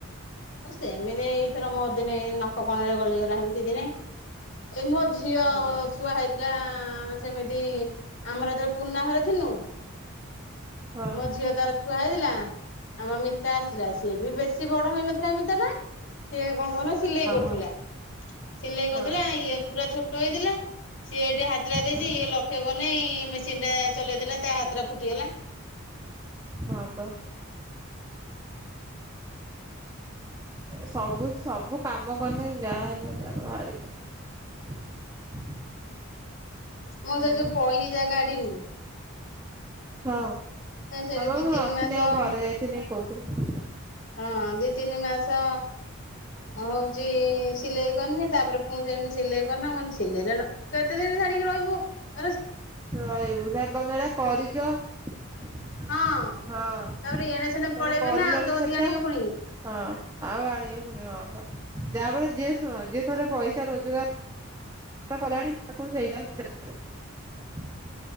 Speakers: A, on the left (about 55°); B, on the right (about 15°).
A: ହଉ ସେମିତି ଏଇଥର ମୋ ଦିନେ ଏଇ ନ କ-କଉ କଣରେ ଗଲିଗଲା ସେମିତି ଦିନେ। ସେ ମୋ ଝିଅ
B: ହଁ ପା
A: ଛୁଆ ହେଇଥିଲା ସେମିତି। ଆମର ଏତେବେଳେ ପୁର୍ଣ୍ଣା ଘରେ ଥିଲନୁ।
B: ହଁ ହଁ
A: ମୋ ଝିଅ ତାର ଛୁଆ ହେଇଥିଲା। ଆମ ମିତା ଆସିଲା ସିଏ ବି ବେଶୀ ବଡ ହେଇନଥିଲା ମିତା ଟା କଣ କହୁନ ସିଲେଇ କରୁଥିଲା।
B: ହଁ।
A: ସିଲେଇ
B: ହଁ
A: କରୁଥିଲା ଇଏ ପୁରା ଛୋଟ ହେଇଥିଲା। ସିଏ ଏଠି ହାତରେ ଦେଇଚି,
B: ହଁ
A: ଇଏ ଲକ୍ଷକରିନେଇ ଇ ମେସିନ ଟା ଚଲେଇ ଦେଲା ତା ହାତ ଟା ଫୁଟିଗଲା।
B: ହଁ ବା। ସବୁ ସବୁ କାମ କଲେ ଯାହା ହେଲେ ତାର ବାହାରିବ।
A: ମୁଁ
B: ଆଉ
A: ତ ଏ ଯଉ ପଇନି ଯା ଗାଡିରୁୁ ନା
B: ହଁ
A: ସେଠି
B: ଆମ,
A: ଦି
B: ମୁଁ
A: ତିନି
B: ନଥିଲି
A: ମାସ
B: ଆମ ଘରେ ଯାଇଥିଲି। କହୁଥିଲ।
A: ହଁ ଦି ତିନି ମାସ ହଉ ଚି ସିଲେଇ କରିନି, ତାପରେ ପୁଣି ସେ ସିଲେଇ କରିନି କଣ ସିଲେଇ ରେ କେତେ ଦିନ ଛାଡିକି ରହିବୁ। ଆରେ ସ
B: ରହିବୁ। ସେ ତମେ ଏଟା କରିଚ। <unintelligible>
A: ହଁ
B: ହଁ
A: ତାପରେ ଇଆଡେ ସିଆଡେ
B: ତମେ
A: ପଳେଇବେ
B: କରିଲଣି
A: ନା ଆଉ ତୋ କତିକି
B: ସେଟା।
A: ଆଣିବେ ପୁଣି
B: ହଁ ଆଉ ଆଣିବି ପୁଣି ହଁ ପା ଯାହାଫଳର ଯେ ଶୁଣ ଯିଏ ଥରେ ପଇସ ସା ରୋଜଗାର କଲାଣି ତାକୁ ସେଇଟା ଟାଇମ୍